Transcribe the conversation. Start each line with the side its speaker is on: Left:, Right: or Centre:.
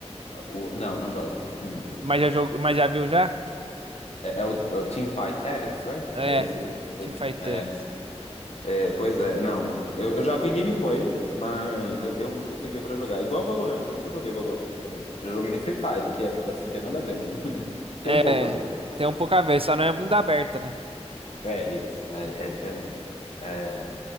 Left: o- não, não jogo. Hum.
Right: Mas já, jogou, mas já viu já?
Left: É, é o, é o Teamfight Tactics, right?
Right: É,
Left: É esse, né? Esse,
Right: Teamfight
Left: né? É,
Right: Tactics.
Left: É, pois é, não. Eu, eu já vi gameplay, mas eu, eu nunca peguei pra jogar. Igual Valorant, eu nunca joguei Valorant também. Já joguei Free Fire, que é assim, tem nada a ver, mas <laughs> tem
Right: É,
Left: um pouco a ver.
Right: tem um pouco a ver, só não é bunda aberta, né?
Left: É isso, é, é diferente. É,